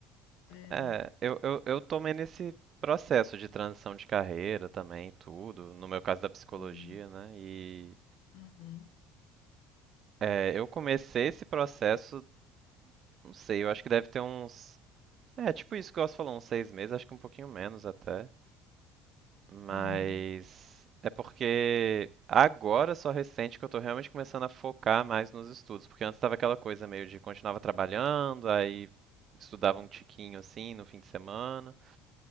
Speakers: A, on the left (about 75°); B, on the right (about 50°).
A: É.
B: É, eu, eu, eu tomei nesse processo de transição de carreira também, tudo, no meu caso da psicologia,
A: Sim.
B: né? E
A: Uhum.
B: é, eu comecei esse processo, não sei, eu acho que deve ter uns É, tipo isso que eu falou, uns seis meses, acho que um pouquinho menos até. Mas
A: Uhum.
B: é porque agora só recente que eu tô realmente começando a focar mais nos estudos, porque antes tava aquela coisa meio de continuava trabalhando, aí estudava um tiquinho assim no fim de semana.